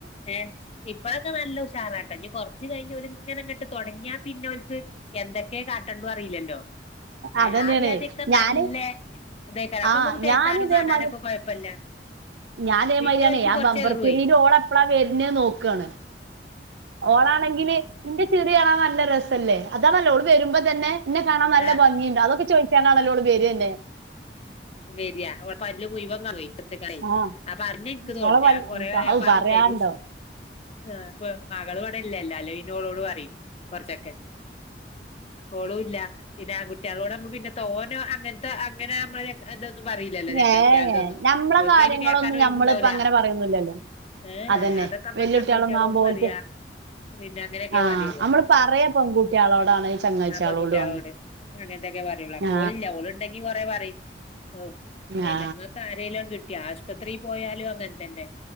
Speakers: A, on the left (about 35°); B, on the right (about 75°).
A: ഏ ഇപ് പ്പളൊക്കെ നല്ല ഉഷാറാട്ടോ ഇനി കൊർച്ച് കഴിഞ്ഞ് ഓല്ങ്ങനെങ്ങട്ട് തൊടങ്യാ പിന്നോൽക്ക് എന്തെക്കെ കാട്ടണ്ടറില്ലല്ലോ
B: അതന്നെയാണേ
A: ആദ്യം ആദ്യൊക്കെ
B: ഞാന്
A: നല്ല ല്ലെ ഇതേക്കാരം അപ്പൊ
B: ആഹ്
A: ഞമ്മക്ക് കേക്കാനും
B: ഞാന് ഇതേമാതിരി
A: കാണാനൊക്കെ കൊഴപ്പല്ല
B: ഞാൻ ഇതേമാരിയാണേ
A: പിന്നെ ഓൽക്ക്
B: ആ
A: കൊറച്ച്
B: ബംബർ
A: ഏറുവേ
B: ചിരില് ഓളെപ്പഴാ വെര്ണത് നോക്കാണ് ഓളാണെങ്കില് ഇന്റെ ചിറി കാണാൻ നല്ല രെസല്ലേ അതാണല്ലോ ഓള് വെരുമ്പോ തന്നെ ഇന്നെ കാണാൻ നല്ല
A: ആഹ്
B: ഭംഗിണ്ട് അതൊക്കെ ചോ ക്കാനാണല്ലോ ഓള് വെരെന്നെ
A: വെര്യാ ഓളെ പല്ല് മുയ്വൻ <unintelligible> ത്ത്കയ്
B: ആഹ്
A: ആ പർഞ്ഞ ഇൻക്ക്
B: ഇങ്ങളെ
A: തോണ്ട്
B: പ
A: ഞാൻ കൊറേ ആയ
B: അത്
A: പറയും
B: പറയാണ്ടോ
A: ചെയ്തു അ ഇപ്പ മകള് ഇവടല്ലല്ലോ അല്ലെ പിന്നെ ഓളോട് പറയും കൊർച്ചൊക്കെ ഓളും ഇല്ല പിന്നെ ആൺങ്കുട്ടിയാളോട് അമ്മള് പിന്നെ തോനെ അങ്ങൻത്തെ അങ്ങനെ അമ്മളെ ചങ്ക് ഇതൊന്നും പറീലല്ലോ ചെങ്ങായ്ച്യാൾതൊന്നും
B: ഏ ഞമ്മളെ
A: ഓൽക്കൈന്
B: കാര്യങ്ങളൊന്നും
A: കേക്കാന് ഒയ്
B: ഞമ്മളിപ്പ
A: വുണ്ടാവുല
B: അങ്ങനെ പറയൊന്നുല്ലല്ലോ
A: ഏ
B: അതന്നെ
A: ഏ അതൊക്ക അമ്മള്
B: വെല്ലുട്ടികളൊന്നും
A: ചെങ്ങായ്ച്യാളോട്
B: ആകുമ്പോ ഓൽക്ക്
A: പറിയാ പിന്നെ അങ്ങനെക്കെ
B: ആ
A: പറിയൊള്ളൂ
B: നമ്മള് പറയാ പെൺകുട്ടികളോടാണ് ചങ്ങാഴ്ചികളോടും
A: ആഹ് പെങ്കുട്ട്യാളോട്
B: ആണ്
A: അങ്ങൻത്തെക്കെ പറ്യൊള്ളൂ അപ്പ
B: ആ
A: ഓളില്ല ഓള്ണ്ടെങ്കി കൊറേ പറിം ഏഹ് പിന്നെ
B: ആ
A: ഇങ്ങക്ക് ആരേലും കിട്ട്യാ ആശ്പത്രി പോയാലു അങ്ങൻത്തന്നെ